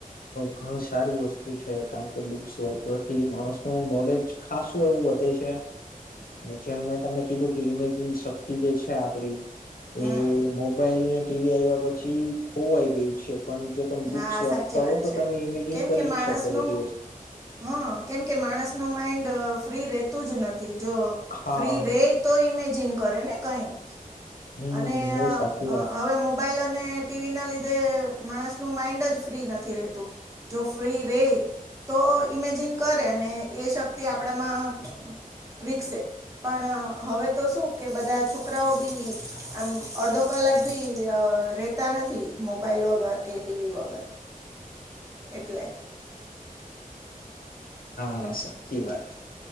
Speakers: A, on the left (about 75°); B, on the right (about 20°).
A: ઘ સારી વસ્તુ છે. કારણ બક્સ વાચવાથી માણસ નું નોલેજ ખાસું એવું વધે છે. અને જેમ મેં તમને કીધું કે ઇમેજ શક્તિ જે છે, છે આપડી
B: હમ
A: એ મોબાઈલ ને ટીવી આવ્યા પછી ખોવાઈ ગઈ છે, પણ જો તમે
B: હા
A: બુક્સ વાચતા
B: સાચી વાત
A: હોવ તો
B: છે
A: તમે ઇમેજિન
B: કેમ
A: કરી
B: કે માણસનું
A: શકો બધી વત
B: હા કેમ કે માણસનું માઈન્ડ ફ્રી રતું જ નથી, જો
A: હા
B: ફ્રી રે તો ઈમેજિન કરે ને કઈ?
A: હમ
B: અને
A: એ સાચી વાત છે
B: હવે મોબાઈલ અને ટીવી ના લીધે માણસ માન્ડ જ ફ્રી નથી, રતું જો ફ્રી રે તો ઈમેજિન કરે અને એ શક્તિ આપણામાં વિકસે પણ હવે તો શું કે બધા છોકરાઓ બી આમ અડધો કલાક ભી રહેતા નથી, મોબાઈલ વગર કે ટીવી વગર એટલે
A: હા સાચી વાત છે,